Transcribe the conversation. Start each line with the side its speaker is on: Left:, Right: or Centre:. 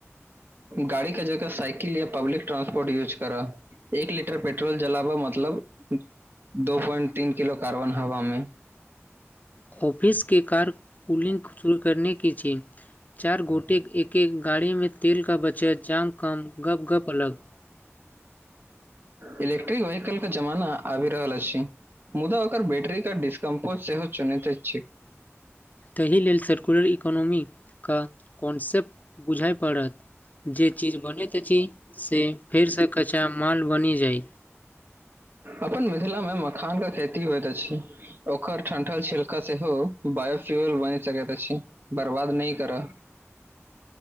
Right: गाड़ी के जगह साइकिल या पब्लिक ट्रांसपोर्ट यूज करऽ एक लीटर पेट्रोल जलाबा मतलब दो प्वइंट तीन किलो कार्बन हवा मे
Left: ऑफिसके कार कूलिंग शुरू करनेके छी चार गोटे एक एक गाड़ीमे तेल का बचत जाम कम गप गप अलग
Right: इलेक्ट्रिक वेहकल के जमाना आबि रहल अछि मुदा ओकर बैटरीे डिस्कम्पोज सेहो चुनैते छी
Left: ताहि लेल सर्कुलर इकोनोॉमीे के कॉन्सेप्ट बुझय पड़त जे चीज बनैत अछि से फेरसँ कच्चा माल बनि जाय
Right: अपन मिथिलामे मखानके खेती होइत अछि ओकर ठंठल छिलका सेहो बायोफ्यूल बनि सकैत अछि बर्बाद नै करऽ